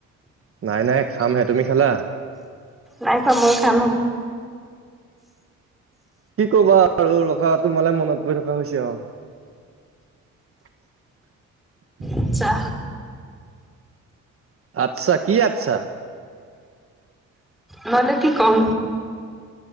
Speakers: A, on the right; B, in the centre.
A: নাই নাই খামহে, তুমি খালা?
B: নাই খোৱা, ময়ো খাম হে।
A: কি কবা আৰু ৰখা, তোমালে মনত পৰি থকা হৈছে আৰু। <inaudible>
B: আচ্ছা।
A: আচ্ছা, কি আচ্ছা?
B: নহলে কি কম?